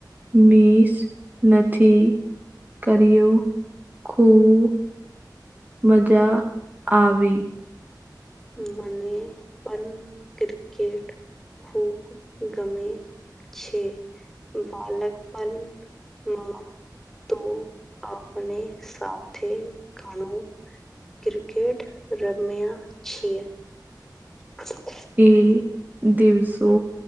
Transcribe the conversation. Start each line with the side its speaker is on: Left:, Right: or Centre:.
Right: મીસ નથી કર્યુ. ખૂબ મજા આવી.
Centre: મને પણન ક્રિકેટ ખૂબ ગમે છે. બાલક પણમાં તો આપણે સાથે ઘણું ક્રિકેટ રમ્યા છીએ. <inaudible>
Right: એ દિવસો